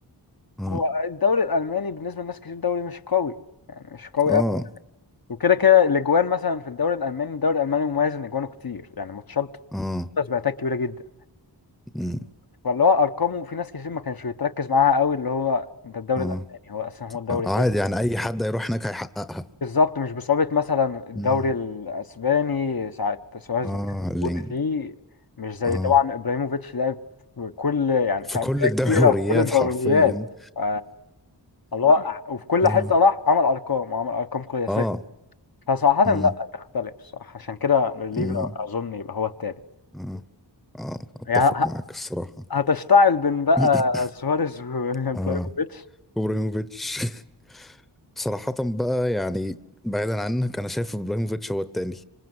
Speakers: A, in the centre; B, on the left (about 55°).
A: اه
B: هو الدوري الالماني بالنسبه لناس كتير دوري مش قوي يعني مش قوي
A: اه
B: وكده كده الاجوان مثلا في الدوري الالماني الدوري الالماني مميز ان اجوانه كتير يعني ماتشات
A: اه
B: باتات كبيره جدا
A: مم.
B: فاللي هو ارقامه في ناس كتير ما كانش بيتركز معاها قوي اللي هو ده الدوري
A: اه
B: الالماني هو اصلا هو الدوري
A: آه. عادي
B: كده
A: يعني اي حد هيروح هناك هيحققها
B: بالظبط مش بصعوبه مثلا الدوري
A: مم.
B: الاسباني ساعه سواريز
A: اه
B: ما كان
A: لينج
B: موجود فيه مش زي
A: اه
B: طبعا ابراهيموفيتش لعب في كل يعني
A: في
B: في
A: كل
B: انديه
A: الدوريات
B: كبيره وفي كل الدوريات
A: حرفيا <laughs>
B: ف- الله <laughs> وفي كل
A: اه
B: حته راح عمل ارقام وعمل ارقام قياسيه
A: اه
B: فصراحة لا
A: مم.
B: تختلف صح عشان كده ليفا
A: مم.
B: أظن يبقى هو التالت
A: اه اه اتفق
B: يعني ه-
A: معاك الصراحة
B: هتشتعل بين بقى
A: <clears throat>
B: سواريز وابراهيموفيتش
A: اه ابراهيموفيتش <laughs> صراحة بقى يعني بعيدا عنك انا شايف ابراهيموفيتش هو التاني